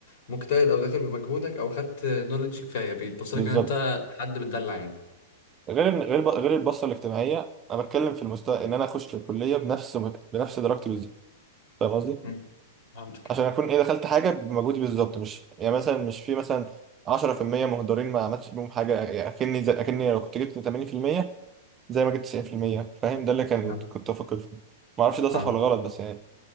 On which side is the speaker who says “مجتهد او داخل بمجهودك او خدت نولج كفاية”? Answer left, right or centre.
Left